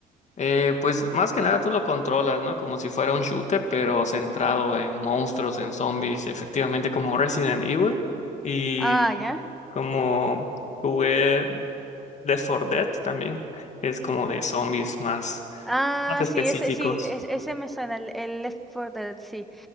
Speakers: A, on the left; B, in the centre.
A: Eh, pues más que nada tú lo controlas, ¿no? Como si fuera un shooter, pero centrado
B: Mm.
A: en monstruos, en zombies, efectivamente como Resident Evil y
B: Ah, ya.
A: como jugué Left 4 Dead también, es como de zombies más,
B: Ah,
A: más específicos.
B: sí, ese, sí, es- ese me suena, el, el Left 4 Dead, sí.